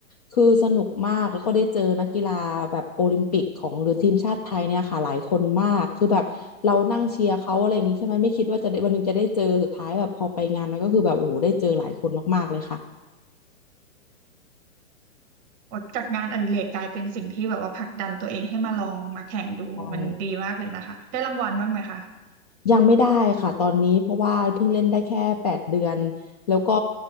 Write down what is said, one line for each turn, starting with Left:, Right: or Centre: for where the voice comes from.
Left: คือสนุกมากแล้วก็ได้เจอนักกีฬาแบบโอลิมปิกของหรือทีมชาติไทยเนี่ยค่ะหลายคนมากคือแบบเรานั่งเชียร์เขาอะไรอย่างนี้ใช่ไหมไม่คิดว่าจะได้วันหนึงจะได้เจอสุดท้ายแบบพอไปงานนั้นก็คือแบบโอ้โหได้เจอหลายคนมากๆเลยค่ะ
Right: โอาจากงานอดิเรกกลายเป็นสิ่งที่แบบว่าผลักดันตัวเองให้มาลองมาแข่งดูมันดีมากเลยนะคะได้รางวัลบ้างไหมคะ
Left: ใช่ ยังไม่ได้ค่ะตอนนี้เพราะว่าเพิ่งเล่นได้แค่แปดเดือนแล้วก็